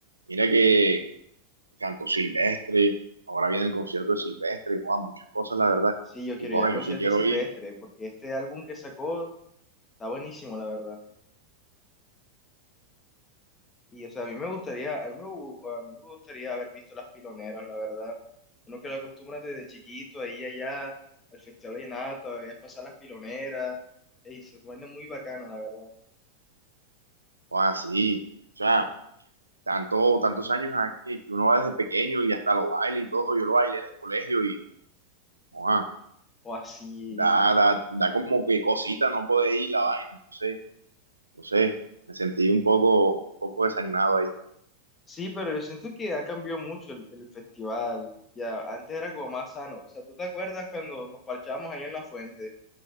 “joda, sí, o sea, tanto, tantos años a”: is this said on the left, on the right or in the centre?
Right